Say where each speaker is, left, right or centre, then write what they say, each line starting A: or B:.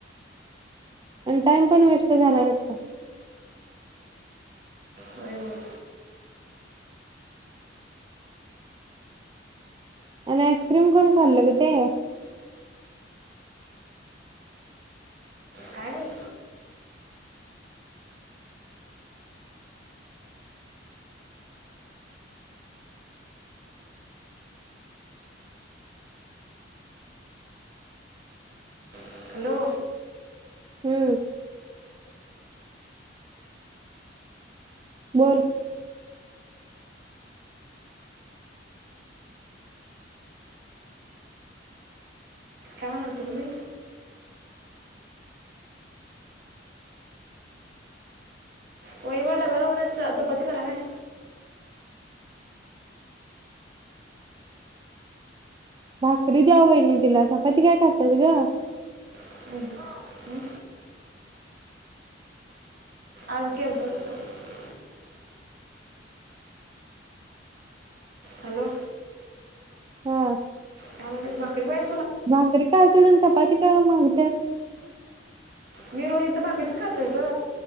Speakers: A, on the right (about 25°); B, on the right (about 55°).
A: आणि टाइम पण वेस्ट झाला नसता.
B: होय होय
A: आणि आईस्क्रीम कोण खाल्लं ग ते
B: काय माहित हॅलो
A: हम्म बोल
B: कावन आतोुम्ही वही वरडब उद्या चपाती करा काय
A: भाकरी द्या वहीनी न तिला चपती काय खातात ग
B: हम्म. हम्म? अज केलंत कसं हॅलो
A: हम्म
B: त्या भाकरी बाहि
A: भाकरी काय <unintelligible> चपाती का म आणत्यास
B: मी रोजी इथं भाकरीच खातोय ग